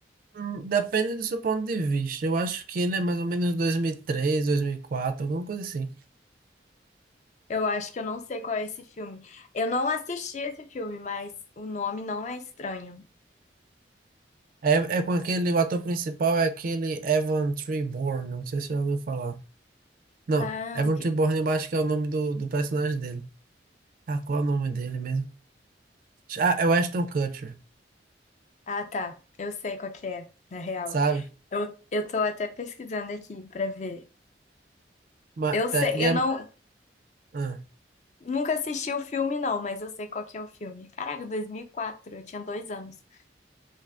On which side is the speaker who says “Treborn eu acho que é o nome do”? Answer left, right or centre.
Right